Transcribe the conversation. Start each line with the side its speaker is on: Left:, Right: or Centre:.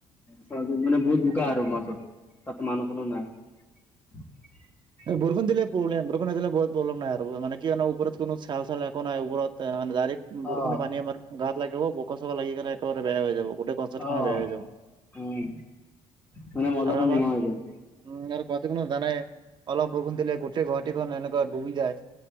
Left: চঞ্জী মানে বহুত বোকা আৰু মাজত, তাতে মানুহ চানুহ নাই। <unintelligible>
Right: বৰষুণ দিলে প্ৰবলেম, বৰষুণ নিদিলে বহুত প্ৰবলেম নাই আৰু মানে কি হয় ন, ওপৰত কোন চাল, চাল একো নাই ওপৰতে মানে ডাইৰেক্ট বৰষুণৰ
Left: অ
Right: পানী আমাৰ গাত লাগিব, বোকা চোকা লাগি কেনে একেবাৰে বেয়া হৈ যাব, গোটেই কনচাৰ্ট
Left: অ
Right: খনে বেয়া হৈ যাব,
Left: উম মানে মজাটো
Right: আৰু আমা
Left: নোহোৱা হৈ যাব
Right: উম, আৰু গুৱাহাটী খনু জানাই অলপ বৰষুণ দিলে, গোটেই গুৱাহাটীখন এনেকুৱা ডুবি যায়